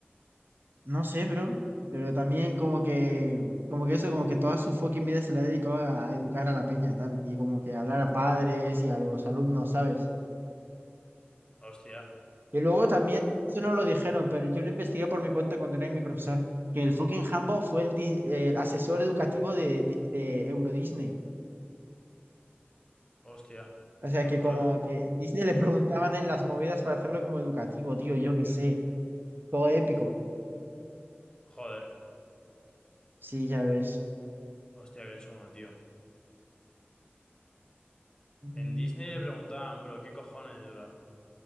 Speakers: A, on the right (about 55°); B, on the left (about 20°).
A: No sé, bro, pero también como que, como que eso, como que toda su fucking vida se la ha dedicado a, a educar a la peña, tal, y como que hablar a padres y a los alumnos, ¿sabes?
B: Hostia,
A: Y luego también, eso no lo dijeron, pero yo lo investigué por mi cuenta cuando era mi profesor, que el fucking Hambo fue el, di- el asesor educativo de, Di- de Euro Disney.
B: hostia.
A: O sea,
B: Qué locura.
A: que como que en Disney le preguntaban en las movidas para hacerlo como educativo, tío, yo qué sé, todo épico.
B: Joder.
A: Sí, ya ves.
B: Hostia, qué chungo, tío.
A: Mm.
B: En Disney le preguntaban, bro, ¿qué cojones, bro?